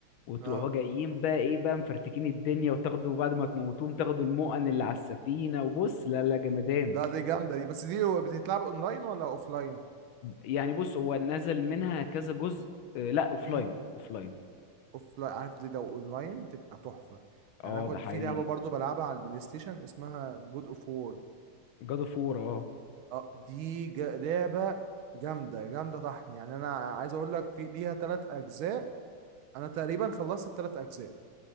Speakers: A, on the left; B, on the right.
A: وتروحوا
B: اه
A: جايين بقى ايه بقى مفرتكين الدنيا وتاخدوا بعد ما تموتوهم تاخدوا المؤن اللي على السفينة وبص لا لا جمدان
B: لا دي جامدة دي بس دي هو بتتلعب اونلاين ولا اوفلاين
A: يعني بص هو نزل منها كذا جزء آه، لا اوفلاين
B: امم
A: اوفلاين
B: اوفلاين عارف دي لو اونلاين تبقى تحفة
A: اه
B: يعني انا كنت
A: ده حقيقي
B: في لعبة برضه بلعبها على البلاي ستيشن اسمها جود اوف وور
A: جاد اوف وور اه
B: اه دي جا- لعبة جامدة جامدة طحن يعني انا عايز اقول لك في ليها ثلاث اجزاء انا تقريبا خلصت الثلاث اجزاء